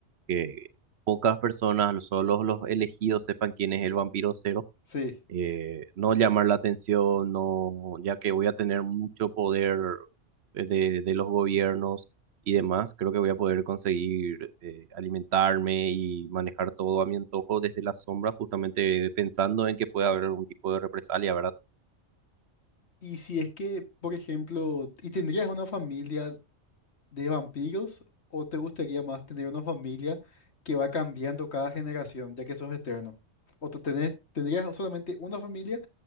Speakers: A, on the right (about 65°); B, on the left (about 60°).
A: que pocas personas, los- solo los elegidos sepan quién es el vampiro cero
B: Sí.
A: eh, no llamar la atención, no, ya que voy a tener mucho poder eh, de, de los gobiernos y demás, creo que voy a poder conseguir eh, alimentarme y manejar todo a mi antojo desde la sombra, justamente pensando en que puede haber algún tipo de represalia, ¿verdad?
B: Y si es que, por ejemplo, ¿y tendrías una familia de vampiros o te gustaría más tener una familia que va cambiando cada generación, ya que sos eterno? ¿O te tenés- tendrías solamente una familia